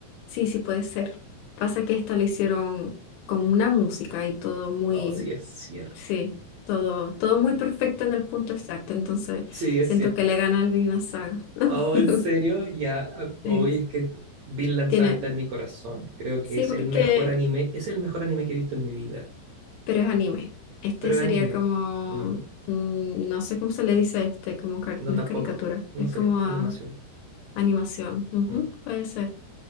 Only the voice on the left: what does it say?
sí, sí puede ser. Pasa que esta la hicieron con una música y todo muy,
sí, todo, todo muy perfecto en el punto exacto, entonces
siento
que le gana al Vinland Saga. <laughs>
Sí,
tiene,
sí,
porque
pero es anime. Este
sería
como,
mm, no sé cómo se le dice a este, como car-
no
es caricatura,
es
como ah,
animación. Ujú,
puede ser.